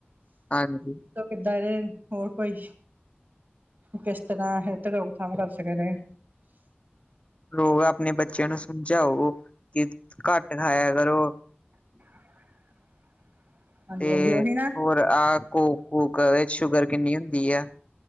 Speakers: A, on the left; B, on the right.
A: ਹਾਂਜੀ
B: ਕਿੱਦਾਂ ਏ ਹੋਰ ਕੋਈ ਕਿਸ ਤਰ੍ਹਾਂ ਏਰਤੇ ਰੋਕਥਾਮ ਕਰ ਸਕਨੇ ਆਂ।
A: ਲੋਕ ਆਪਣੇ ਬੱਚਿਆਂ ਨੂੰ ਸਮਝਾਓ ਕੀ ਘੱਟ ਖਾਇਆ ਕਰੋ।
B: <inaudible>
A: ਤੇ
B: ਉਹੀ ਨਾ
A: ਹੋਰ ਆਹ ਕੋਕ ਕੂਕ ਏਰ 'ਚ ਸ਼ੂਗਰ ਕਿੰਨੀ ਹੁੰਦੀ ਆ।